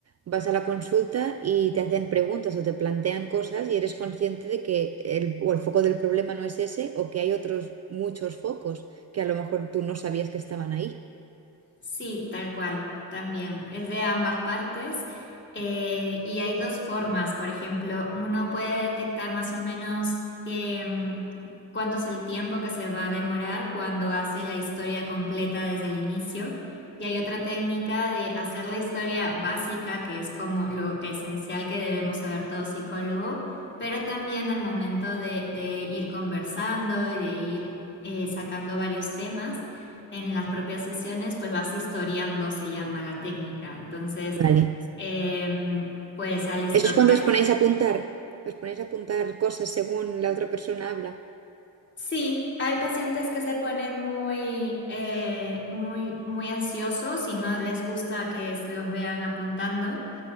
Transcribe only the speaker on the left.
Sí, tal cual, también. Es de ambas partes. eh, y hay dos formas, por ejemplo, uno puede detectar más o menos que, mm, cuánto es el tiempo que se va a demorar cuando hace la historia completa desde el inicio. Y hay otra técnica de hacer la historia básica, que es como lo esencial que debemos saber todo psicólogo, pero también al momento de, de ir conversando y de ir eh, sacando varios temas en las propias sesiones, pues vas historiando, se llama la técnica. Entonces,
em, pues al historiar.
Sí, hay pacientes que se ponen muy, eh, muy, muy ansiosos y no les gusta que es- los vean apuntando.